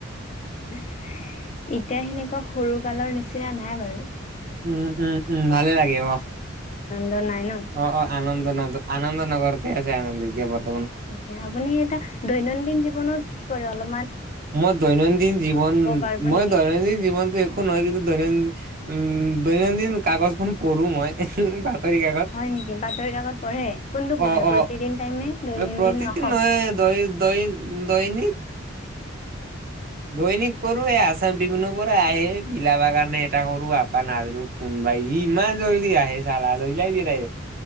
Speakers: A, on the left (about 35°); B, on the right (about 45°).
A: এতিয়া সেনেকুৱা সৰু কালৰ নিচিনা নাই বাৰু
B: উম উম উম ভালে লাগে অ
A: ব নাই ন
B: অ অ আনন্দ আন আনন্দ নগৰতে আছে আনন্দী পথ
A: তাকে আপুনি এটা দৈনন্দিন জীৱনত কি কৰে অলপ
B: মই দৈনন্দিন জীৱন
A: পাৰিব
B: মই
A: নেকি
B: দৈনন্দিন জীৱনতো একো নহয় কিন্তু দৈনন্দিন উম দৈনন্দিন কাগজখন পঢ়োঁ মই বাতৰি কাকত
A: হয় নেকি বাতৰি কাকত পঢ়ে কোনটো পঢ়ে
B: অ
A: প্ৰতিদিন
B: অ
A: টাইম নে দৈনন্দিন
B: প্ৰতিদিন
A: অসম
B: নহয় দৈ দৈ দৈনিক দৈনিক পঢ়ো এই আছাম ত্ৰিবোন পৰা আহে ভিলা কাৰণে এটা কৰো আপা নাজানো কোনবাই ইমান জল্দি আহে চালা লৈ যাই